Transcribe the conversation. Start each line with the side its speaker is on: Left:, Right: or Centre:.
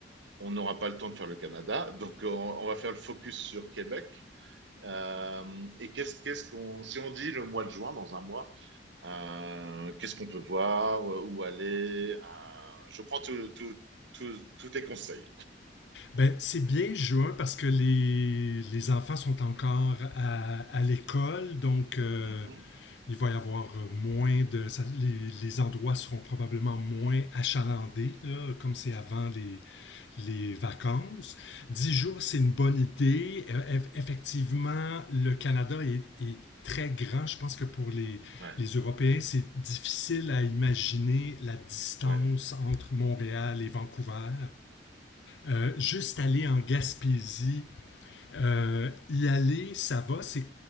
Right: on n'aura pas le temps de faire le Canada, donc euh, on, on va faire le focus sur Québec. Euh, et qu'est-ce qu'est-ce qu'on si on dit le mois de juin dans un mois, euh, qu'est-ce qu'on peut voir, euh, où aller euh, Je prends tous tout, tout, tous tes conseils.
Left: Ben, c'est bien juin parce que les, les enfants sont encore à, à l'école, donc euh,
Right: Mhm.
Left: il va y avoir moins de... ça- les, les endroits seront probablement moins achalandés, là, comme c'est avant les, les vacances. Dix jours, c'est une bonne idée. Effectivement, le Canada est, est très grand. Je pense que pour les,
Right: Ouais,
Left: les Européens, c'est difficile à imaginer la distance
Right: ouais.
Left: entre Montréal et Vancouver. Euh, juste aller en Gaspésie, euh, y aller, ça va, c'est